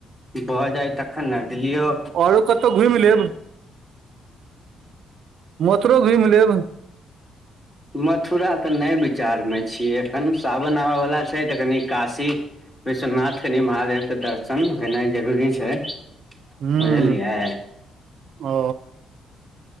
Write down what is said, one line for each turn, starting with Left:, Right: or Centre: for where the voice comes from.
Left: भऽ जाइ तखन ने दिल्लियो।
Right: आओरो कतहु घुमि लेब। मथुरो घुमि लेब।
Left: मथुरा तऽ नहि विचार में छियै एखन, सावन आबयवला छै तऽ कनि काशी। विश्वनाथ कनि महादेवके दर्शन केनाइ जरूरी छै,
Right: हूँ
Left: बुझलियै।
Right: ओ।